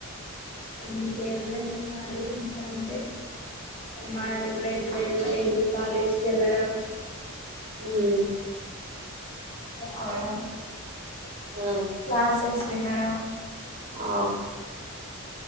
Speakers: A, on the left; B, on the right.
A: ఇంకేం లేదు కాలీ ఇంకా అంటే మాది కూడా ఏం లేదు డైలీ కాలేజ్కి వెళ్ళడం
B: ఉమ్
A: అవడం
B: ఆ
A: క్లాసెస్ వినడం
B: ఆ